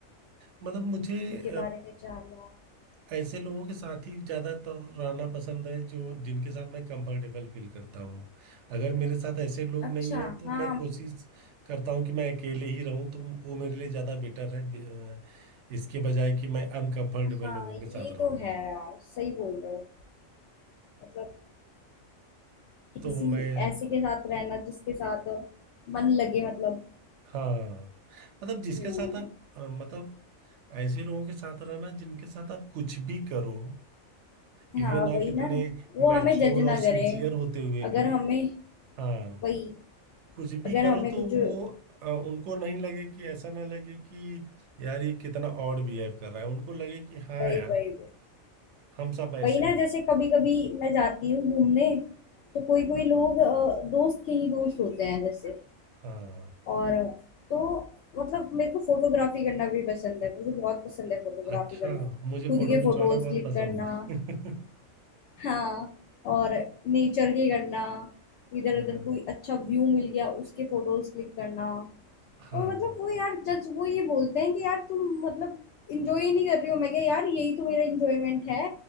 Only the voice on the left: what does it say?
उनके बारे में जानना
अच्छा
हाँ
हाँ
ये
तो है यार सही बोल रहे हो मतलब
किसी
ऐसे के साथ रहना जिसके साथ मन लगे मतलब
हम्म
हाँ
वही
ना वो
हमें जज
ना
करे
अगर हमें
वही
अगर
हमें
कुछ
वही
वही
वही
वही ना
जैसे कभी कभी मैं जाती हूँ घूमने तो कोई कोई लोग अ, दोस्त के ही दोस्त होते हैं जैसे
और तो मतलब मेरे को फोटोग्राफी करना भी पसंद है मुझे बहुत पसंद है फोटोग्राफी
करना
खुद
के
फोटोज
क्लिक
करना
हाँ और नेचर के करना इधर
उधर कोई अच्छा व्यू मिल गया उसके फोटोज क्लिक करना
और मतलब वो यार जज वो ये बोलते हैं कि यार तुम मतलब इंजॉय नहीं कर रही हो मैं क्या यार यही तो मेरा इंजॉयमेंट है